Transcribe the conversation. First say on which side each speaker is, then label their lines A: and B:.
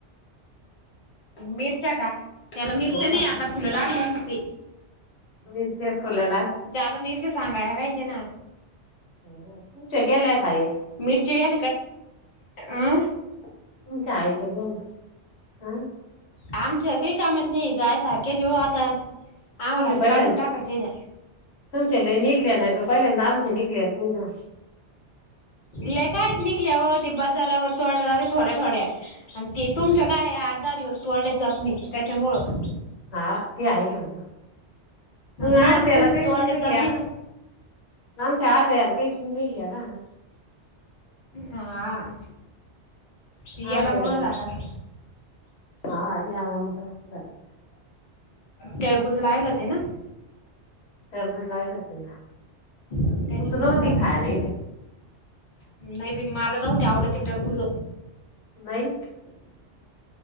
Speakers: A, on the left (about 50°); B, on the left (about 65°).
A: मिरच्या का त्याला मिरच्या
B: हा
A: नाही आता फुलं ला मसती.
B: मिरच्या फुल ला
A: जादा मिरच्या सांगाळय पाहिजे ना.
B: हो तुमच्या गेले खाय.
A: मिरची बी अस कट अं.
B: तुमच्या आहे का गला हं.
A: आमच्याकही कामच नाही जाय सारखे जेव आता आम्हार
B: तुमच्या
A: आता
B: पहिल्यांदा
A: काढून टाका चेऱ्या.
B: तुमच्या ल निघल्या ना ग पहिल्यांदा आमच्या निघल्यास नाही ना.
A: ले काय. निघल्या हो ते बाजारावर थोड जागे थोड्या थोड्या आणि ते तुमं
B: हा.
A: काय. दाा दिवस्तू वाडे जात नाही त्याच्यामुळं.
B: हा ते आय म्ह.
A: मग
B: आरत
A: तुम
B: लकेशंग.
A: तोडल्याच जात नाही
B: नम चार दे अल का इसणंद इलला.
A: हा. याला
B: अर्ध्याला
A: मुहळ झाला अस.
B: हा या <unintelligible>
A: टरबुज लावला होते ना.
B: डला खु
A: त्याच्यामुळेच
B: तूत नव्हती
A: झालं
B: खायलाही
A: असेल
B: र.
A: नाही प मला नव्हते आवडत एकटरबुज.
B: नाहीई.